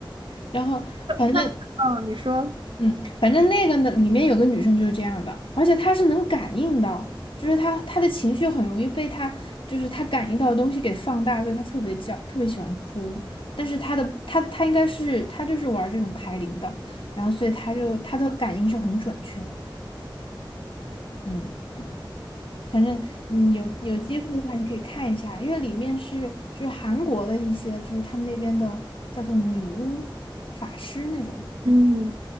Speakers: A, on the left; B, on the right.
A: 然后反正
B: 他们，嗯，你说。
A: 嗯，反正那个呢，里面有个女生就是这样的，而且她是能感应到，就是她她的情绪很容易被她就是她感应到的东西给放大，所以她特别叫特别喜欢哭。但是她的她她应该是她就是玩这种排灵的，然后所以她就她的感应是很准确的。嗯，反正嗯有有机会的话，你可以看一下，因为里面是就是韩国的一些就是他们那边的叫做女巫法师那种。
B: 嗯